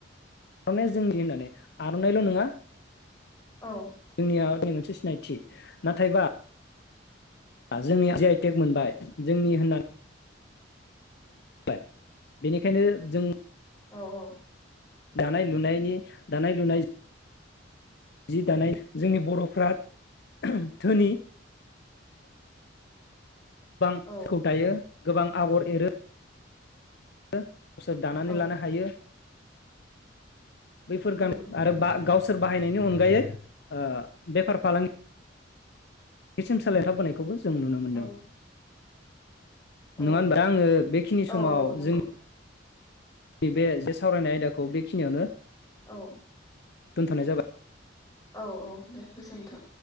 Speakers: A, on the left; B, on the left.
A: आरनाया जोंनि होननानै आरो मोननायल नङा
B: औ
A: बे हारिनि मोनसे सिनायथि नाथायबा जोंनि टेक मोनबाय जोंनि होननानै नै। बेनिखायनो जों
B: औ औ
A: दानाय लुनायनि दानाय लुनाय। जि दानाय जोंनि बरफ्रा ओहो धोनि गोबां
B: औ
A: सिखौ दायो। गोबां आगर एरो <unintelligible> सोर दानानै
B: औ
A: लानो हायो। बैफोर
B: उम
A: गामि आरो बा गावसोर बाहायनायनि अनगायै ओ बेफार फालांगि बेसिम सोलायना फैनायखौबो जों नुनो मोनदों
B: औ औ
A: नङा होनबा आङो बेखिनि
B: औ
A: समाव
B: औ नंगौ
A: जों नि बे जे सावरायनाय आयदाखौ बेखिनियावनो
B: औ
A: दोन्थनाय जाबाय
B: औ-औ दे गोजोनथों